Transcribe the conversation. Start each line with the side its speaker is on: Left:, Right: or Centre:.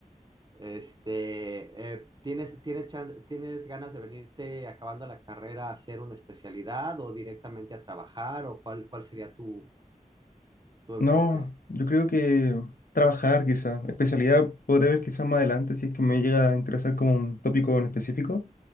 Right: Este, eh, ¿tienes, tienes chance- tienes ganas de venirte acabando la carrera a hacer una especialidad o directamente a trabajar o cuál, cuál sería tu, tu enfoque?
Left: No, yo creo que trabajar, quizás. Especialidad podré ver quizás más adelante si es que me llega a interesar como un tópico en específico.